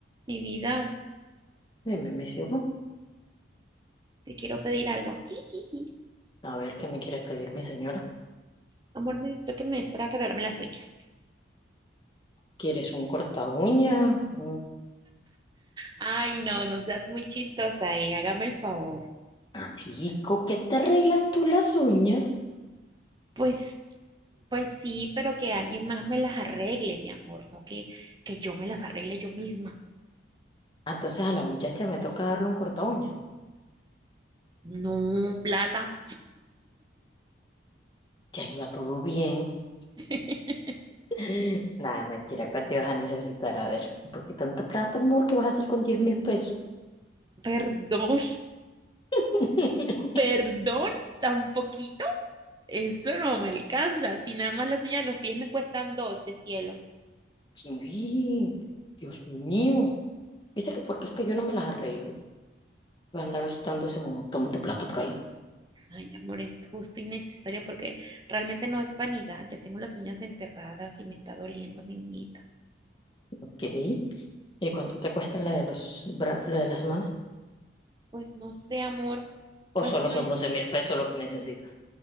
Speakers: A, on the right; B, on the left.
A: Mi vida,
B: Dime, mi cielo,
A: te quiero pedir algo. Jijiji.
B: a ver qué me quiere pedir mi señora.
A: Amor, necesito que me des para arreglarme las uñas.
B: ¿Quieres un corta uña? ¿Un
A: Ay, no, no seas muy chistosa, eh. Hágame el favor.
B: amigo que te arreglas tú las uñas?
A: Pues, pues sí, pero que alguien más me las arregle, mi amor, no que, que yo me las arregle yo misma.
B: Ah, Entonces a la muchacha me toca darle un corta uña.
A: No, plata.
B: Ya iba todo bien. <gasps>
A: <laughs>
B: <laughs> Nada, mentira, ¿cuánto ibas a necesitar? A ver, ¿por qué tanta plata, amor, ¿qué vas a hacer con diez mil pesos?
A: Perdón,
B: <laughs>
A: perdón, tan poquito. Eso no me alcanza. Si nada más las uñas de los pies me cuestan 12, cielo.
B: Sí, Dios mío. ¿Viste que porque es que yo no me las arreglo? Voy a andar gastando ese montón de plata por ahí.
A: Ay, amor, es justo y necesario porque realmente no es vanidad. Ya tengo las uñas enterradas y me está doliendo mi uñita.
B: Ok. ¿Y cuánto te cuesta la de los bra- la de las manos?
A: Pues no sé, amor.
B: o
A: Pues
B: solo
A: sí, ve.
B: son doce mil pesos lo que necesitas.